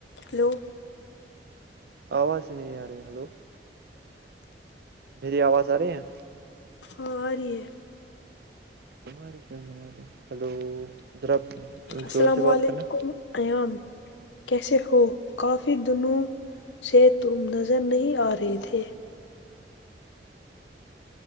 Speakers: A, on the left (about 80°); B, on the right (about 60°).
A: hello
B: آواز ہی نہیں آ رہی ہلو پری آواز آ رہی ہے
A: ہاں ہ رہے
B: تمہارے کیوں نہیں یاد ہے ہلو ذرا
A: السلام
B: زور سے
A: علیکم
B: بات کرنا
A: ایان کیسے ہو کافی دنوں سے تم نظر نہیں آ رہے تھے